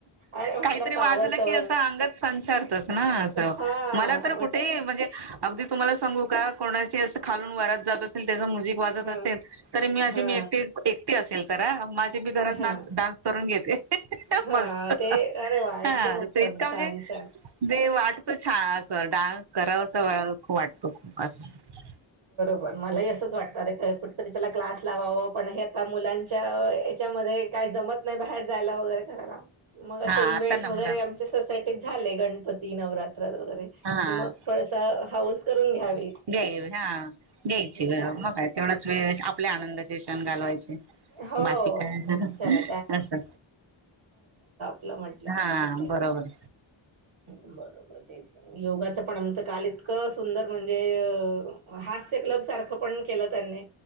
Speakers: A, on the right; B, on the right.
A: अरे म्हटलं
B: काहीतरी
A: असं
B: वाजलं
A: आवडतं
B: की असं अंगच संचारतस ना असं
A: हा
B: मला
A: म्हट
B: तर कुठे म्हणजे अगदी तुम्हाला सांगू का कोणाची अस खालून वारत जात असेल त्या म्यझिक वात
A: ह
B: असेल तरी मी आजी
A: हा
B: मी एकटी एकटी असेल करा माझे मी घरात
A: हा
B: डान्स करून घेत मस्त
A: हा ते
B: हा
A: अरे वा एकदम उत्तम
B: इतका म्हणजे
A: छान छान
B: देव वाट वाटत छान अस डान्स करा अस खू वाटत खू असं
A: मलाच वाटते कुठरी त्याला क्लास लावाव पण हे आता मुलांच्या याच्यामध्ये काही जमत नाही बाहेर जायला वगैरे करायला मग असे
B: हा
A: इव्हेंट
B: आता ना
A: वगैरे
B: मुला
A: आमच्या सोसायटीत झाले गणपती नवरात वगैरे
B: हा
A: कि मग थोडसा हाऊस करून घ्यावी
B: घ्या हा घ्यायचे
A: त्या
B: मगय तेवढाच वेळ आपल्या आनंदाचे क्षण घालवायचे
A: हो
B: बाकी काय
A: चला
B: असं
A: म्हंटलं
B: हा
A: का
B: बरोबर
A: बरोबरच योगाच पण आमचं काल इतकं सुंदर म्हणजे हास्य कलब पण के त्यां